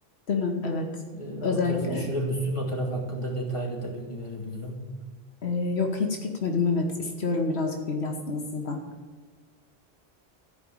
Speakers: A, on the left; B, on the left.
A: Değil mi? Evet.
B: E, o
A: Özellikle
B: tarafı düşünür müsün? O taraf hakkında detaylı da bilgi verebilirim.
A: e, yok hiç gitmedim. Evet. istiyorum birazcık bilgi aslında sizden.